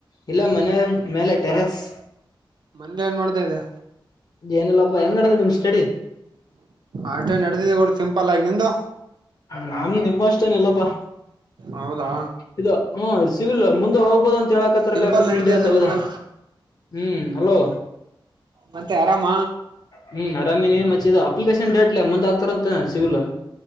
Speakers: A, on the left; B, on the right.
A: ಇಲ್ಲ ಮನೆ ಮೇಲೆ ಟೆರೆಸ್
B: ಮನೇಲಿ ಏನ್ ಮಾಡ್ತಾ ಇದೆ
A: ಏನಲ್ಲಪ್ಪಾ ಹೆಂಗ ನಡ್ದದ ನಿಮ್ ಸ್ಟಡಿ
B: ಅಷ್ಟೇ ನಡೆದಿದೆ ಕಡ ಸಿಂಪಲ್ ಆಗಿ ನಿಂದು
A: ನಮ ನಿಮ್ ಅಷ್ಟೇನಲ್ಲಪ್ಪಾ
B: ಹೌದಾ
A: ಇ ಹ ಸಿವಿಲ್ ಮುಂದೆ ಹೋಗಬೋದು ಅಂತ ಹೇಳಕತ್ರಲ್ಲ
B: ಸಿಂಪಲ್
A: ಫಿಫ್ಟೀನ್
B: ನಡೀತದೆ
A: ಡೇಸ್ ಹೌದ
B: ನಿಂದು
A: ಹ್ಮ್ ಅಲೋ
B: ಮತ್ತೆ ಆರಾಮ
A: ಹ್ಮ್ ಅರಾಮಿನ ಮ ಅಪ್ಲಿಕೇಶನ್ ಡೇಟ್ಲೆೇ ಮುಂದ್ ಆಗ್ತಾರಂತ ಸಿವಿಲ್